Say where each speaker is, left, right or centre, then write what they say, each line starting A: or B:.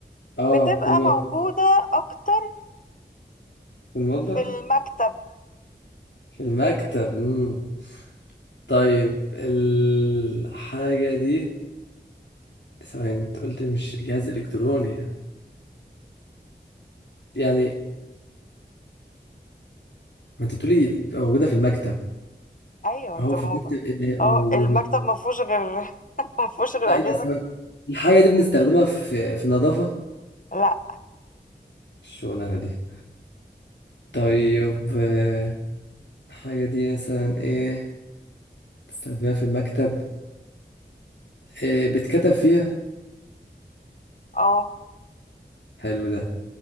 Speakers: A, on the left; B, on the left.
A: اه
B: بتبقى
A: في المطبخ
B: موجودة أكتر
A: في المطبخ
B: في المكتب
A: في المكتب مم. طيب الحاجة دي ثواني انت قلت مش جهاز إلكتروني يعني ما انت بتقولي بتبقى موجودة في المكتب
B: أيوة
A: هو
B: بتبقى
A: في المكتب
B: موجودة
A: اللي هيبقى
B: أو
A: موجود
B: المكتب ما فيهوش غير <laughs> ما فيهوش غير
A: لا
B: أجهزة
A: لا ثواني. الحاجة دي بنستخدمها في في النظافة
B: لا
A: الشغلانة دي طيب آه، الحاجة دي مثلا ايه بتستخدمها في المكتب إيه بتكتب فيها
B: أه
A: حلو ده